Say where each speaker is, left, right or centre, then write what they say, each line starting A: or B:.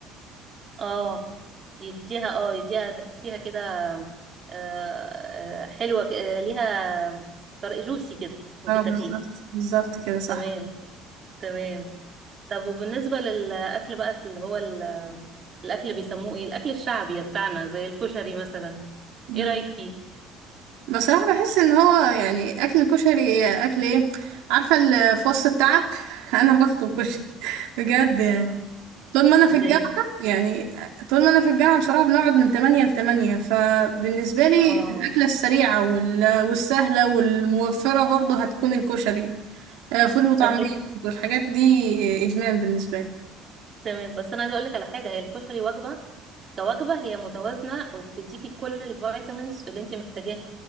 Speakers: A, on the right (about 30°); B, on the right (about 80°).
A: اه بيديها اه يديها تحسيها كده آه، آه، حلوة ك- آه، ليها طرق جوسي كده وانت
B: اه
A: بتاكليه
B: بالظبط بالظبط كده صح
A: تمام تمام طب وبالنسبة للأكل بقى في اللي هو ال- الأكل بيسموه ايه الأكل الشعبي بتاعنا زي الكشري مثلا
B: مم.
A: ايه رأيك فيه
B: بصراحة بحس ان هو يعني اكل الكشري اكل ايه عارفة ال- في وسط التعب <laughs> انا بطلب كشري بجد يعني
A: اه
B: طول ما انا
A: ازاي
B: في الجامعة يعني طول ما انا في الجامعة بصراحة بنقعد من 8 ل 8 فبالنسبة لي
A: اه
B: الاكلة السريعة وال- والسهلة والموفرة برضه هتكون الكشري آه، فول وطعمية
A: تمام
B: والحاجات دي ادمان بالنسبة لي
A: تمام بس انا عايزه اقول لك على حاجه هي الكشري وجبه كوجبه هي متوازنه وبتديكي كل الفيتامينز اللي انت محتاجاها